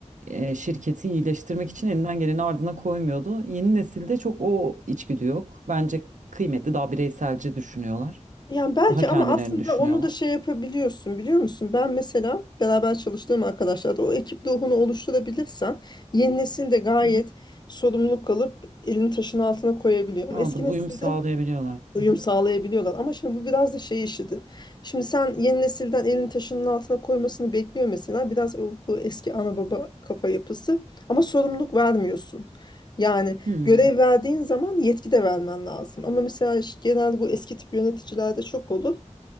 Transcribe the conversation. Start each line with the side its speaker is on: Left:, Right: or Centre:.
Right: e, şirketi iyileştirmek için elinden geleni ardına koymuyordu. Yeni nesilde çok o içgüdü yok. Bence kıymetli daha bireyselci düşünüyorlar.
Left: Yani belki
Right: Daha kendilerini
Left: ama aslında
Right: düşünüyorlar.
Left: onu da şey yapabiliyorsun biliyor musun? Ben mesela beraber çalıştığım arkadaşlar da o ekip ruhunu oluşturabilirsen yeni nesil de gayet
Right: Hı hı.
Left: sorumluluk alıp elini taşın altına koyabiliyor. Ama
Right: Aldım
Left: Eski nesilde
Right: uyum sağlayabiliyorlar.
Left: uyum
Right: Hı hı.
Left: sağlayabiliyorlar. Ama şimdi bu biraz da şey işidir. Şimdi sen yeni nesilden elin taşının altına koymasını bekliyor mesela. Biraz o- bu eski ana baba kafa yapısı. Ama sorumluluk vermiyorsun. Yani
Right: Hmm,
Left: görev verdiğin zaman yetki de vermen lazım. Ama mesela işte genelde bu eski tip yöneticilerde çok olur